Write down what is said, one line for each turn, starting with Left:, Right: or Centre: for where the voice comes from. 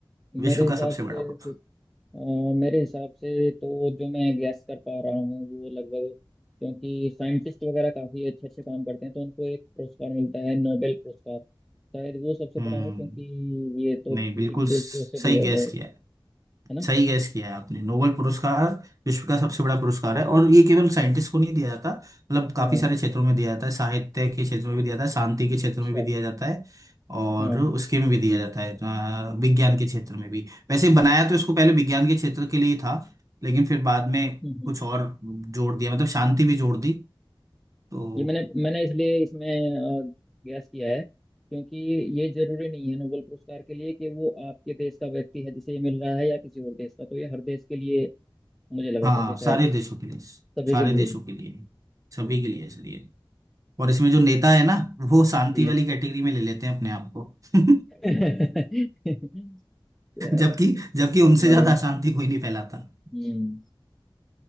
Centre: मेरे
Right: विश्व
Centre: हिसाब
Right: का सबसे बड़ा
Centre: से
Right: पुरस्कार
Centre: से- अ, मेरे हिसाब से तो जो मैं गैस कर पा रहा हूँ वो लगभग क्योंकि साइंटिस्ट वगैरह काफी अच्छे अच्छे काम करते हैं तो उनको एक पुरस्कार मिलता है नोबेल पुरस्कार शायद वो सबसे
Right: हम्म
Centre: बड़ा हो क्योंकि ये तो
Right: नहीं
Centre: किसी
Right: बिल्कुल
Centre: भी
Right: स-
Centre: देश के उससे भी
Right: सही
Centre: ज्यादा
Right: गैस
Centre: है
Right: किया है
Centre: है ना
Right: सही गैस किया है आपने नोबेल पुरस्कार विश्व का सबसे बड़ा पुरस्कार है और ये केवल साइंटिस्ट को नहीं दिया जाता मतलब काफी
Centre: हाँ
Right: सारे क्षेत्रों में दिया जाता है साहित्य के क्षेत्र में भी दिया जाता है शांति के क्षेत्र
Centre: अच्छा
Right: में भी दिया जाता है और
Centre: हाँ हम्म
Right: उसके में भी दिया जाता है अ, विज्ञान के क्षेत्र में भी वैसे बनाया तो इसको पहले विज्ञान के क्षेत्र के लिए था लेकिन फिर बाद में
Centre: हम्म।
Right: कुछ और जोड़ दिया मतलब शांति भी जोड़ दी तो
Centre: ये मैंने मैंने इसलिए इसमें गैस किया है क्योंकि ये जरूरी नहीं है नोबेल पुरस्कार के लिए कि वो आपके देश का व्यक्ति है जिसे ये मिल रहा है या किसी और देश का तो ये हर देश के लिए मुझे लगा
Right: हाँ
Centre: था कि शायद
Right: सारे देशों के लिए
Centre: सभी
Right: सारे
Centre: के लिए
Right: देशों के लिए सभी के लिए सर ये और इसमें जो नेता है ना वो शांति
Centre: जी
Right: वाली कैटेगरी में ले लेते हैं अपने आप को <laughs>
Centre: <laughs> चलो
Right: जबकि जबकि उनसे
Centre: बढ़िया
Right: ज्यादा अशांति कोई नहीं फैलाता
Centre: हम्म